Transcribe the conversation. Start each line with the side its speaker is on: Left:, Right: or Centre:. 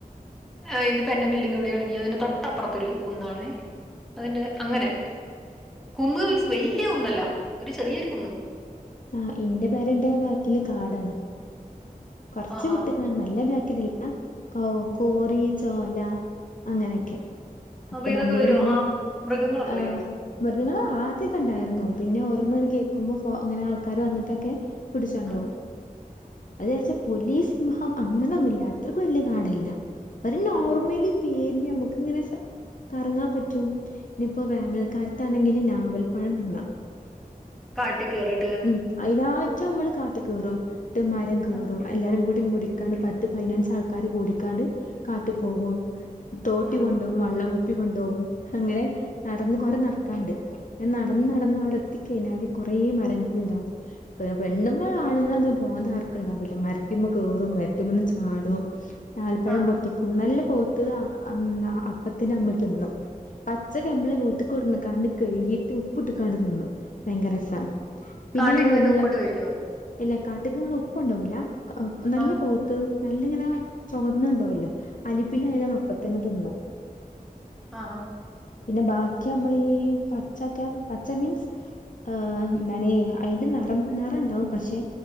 Centre: ഏ ഇതിപ്പോ എന്റബിൽഡിംഗിവിടെയാണെങ്കി അതിന്റെ തൊട്ടപ്പുറത്തൊരു കുന്നാണേ അതെന്റെ അങ്ങനെ കുന്ന് വിൻസ് വല്ല്യ കുന്നല്ല ഒരു ചെറിയൊരു കുന്ന്
Left: ആഹ് ഇന്റെ പെരന്റെ ബേക്കില് കാടാണ് കൊർച്ച്
Centre: ആഹാ
Left: വിട്ട്ക്കാണ് നല്ല ബേക്കിത് എ കൗ കോറി ചോല അങ്ങനൊക്കെ അപ്പ
Centre: അപ്പൊ
Left: ഞമ്മളിങ്ങനെ
Centre: ഇതൊക്കെ വരുവോ ആ മൃഗങ്ങളൊക്കെ
Left: ആഹ്
Centre: വരുവോ
Left: മൃഗങ്ങള് ആദ്യൊക്കെണ്ടായിരുന്നു പിന്നെ ഓരോന്നത് കേക്കുമ്പൊ ഫൊ അങ്ങനെ ആൾക്കാര് വന്ന്ട്ടൊക്കെ പിടിച്ചോണ്ടോവും
Centre: ആ
Left: അത്ചാരിച്ച് പുലി, സിംഹം അങ്ങനെയൊന്നുല്ല അത്രക്ക് വല്ല്യ കാടല്ല ഒര് നോർമലി
Centre: ആ
Left: പീൻ ഞമ്മക്കിങ്ങനെ സ കറങ്ങാം പറ്റും നിപ്പോ വേനൽക്കാലത്താണെങ്കില് ഞാവൽ പഴം തിന്നാ
Centre: കാട്ടി കേറി
Left: ഉം അയിനാട്ടമ്മള് കാട്ട് കേറും. ട്ട് മരം കേറും.
Centre: ആഹാ
Left: എല്ലാരും കൂടി വിടിക്കാണ്ട് പത്ത് പയിനഞ്ചാൾക്കാര് കൂടിക്കാണ്ട് കാട്ട് പോകും തോട്ടി
Centre: ആഹാ
Left: കൊണ്ടോവും വള്ളം കുപ്പി കൊണ്ടോവും ഹങ്ങനെ നടന്ന് കൊറെ നടക്കാണ്ട് ങ്ങൻ നടന്ന് നടന്നവിടെ ത്തിക്കെയ്ഞ്ഞാല് കൊറേ മരങ്ങള്ണ്ടാവും പെ പെണ്ണ്ങ്ങളാണുങ്ങൾന്ന് ബോധാർക്കുണ്ടാവൂല്ല മരത്തിമ്മ കേറും മരത്തിമ്മന്ന് ചാടു ഞാലിപ്പഴം
Centre: ആഹാ
Left: പൊട്ടിക്കും നല്ല പൊഅത്ത അ അന്ന അപ്പത്തന്നമ്മള് തിന്നും പച്ചക്കമ്മള് വീട്ട്കൊടന്ന്കാണ്ട് കഴുകീറ്റ് ഉപ്പിട്ട്കാണ്ട് തിന്നു ഭയങ്കരസാണ് പിന്നെയ
Centre: കാട്ടീന്ന്
Left: മുള്ളം
Centre: തന്നെ ഉപ്പിട്ട് കഴിക്കോ
Left: എല്ല കാട്ടുക്കങ്ങള് ഉപ്പൊണ്ടോവൂല കഅ നല്ല
Centre: ആ
Left: പൊ ത്ത് നല്ലിങ്ങനെ ചൊവന്ന ണ്ടാവല്ലോ അലിപ്പില്ലയതാണ പ്പത്തന്നെ തിന്നു
Centre: ആ ആഹ്
Left: പിന്നെ ബാക്കിയമ്മളീ പച്ചക്ക പച്ച മീൻസ് ഏ ന്നണേ അയിന്റെ നെറം നെറണ്ടാവും പഷേ